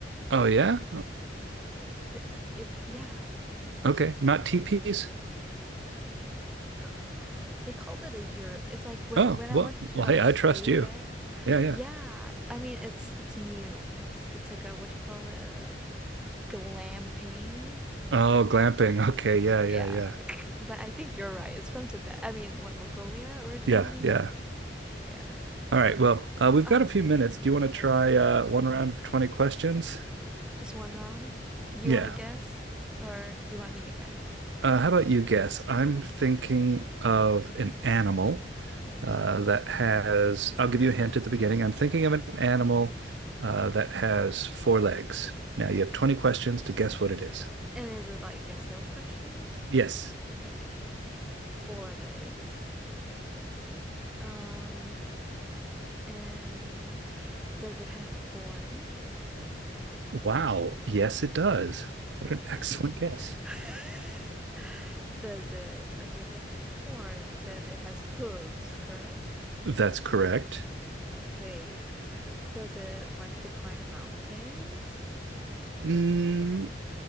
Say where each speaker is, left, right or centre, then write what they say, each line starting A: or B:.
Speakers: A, on the right (about 80°); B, in the centre.
A: Oh yeah?
B: The, if yeah,
A: Okay, not teepees?
B: uh, they called it a yurt. It's like when
A: Oh,
B: when I
A: well,
B: wanted to
A: well,
B: like
A: hey, I
B: stay
A: trust you.
B: there.
A: Yeah, yeah.
B: Yeah, I mean it's it's new. It's it's like a what do you call it? A glamping.
A: Oh, glamping. Okay, yeah,
B: Yeah,
A: yeah, yeah.
B: <laughs> but I think you're right. It's from Tibet. I mean, what Mongolia originally?
A: Yeah, yeah.
B: Yeah.
A: All right. Well, uh, we've
B: Oh
A: got a
B: man,
A: few minutes. Do you want to try uh, one round of 20 questions?
B: just one round. Do
A: Yeah.
B: you want to guess, or do you want me to guess?
A: Uh, how about you guess? I'm thinking
B: Okay,
A: of an animal
B: animal.
A: uh, that has, I'll give you a hint at the beginning. I'm thinking of an animal uh, that has four legs. Now you have 20 questions to guess what it is.
B: And is it like yes, no questions?
A: Yes.
B: Okay, let's see. four legs. Um, and does it have horns?
A: Wow. Yes, it does. What an excellent
B: Uh,
A: guess.
B: <laughs> does it? Okay, if it's horns, then it has hooves, correct?
A: That's correct.
B: Okay. Does it like to climb mountains?
A: Mm,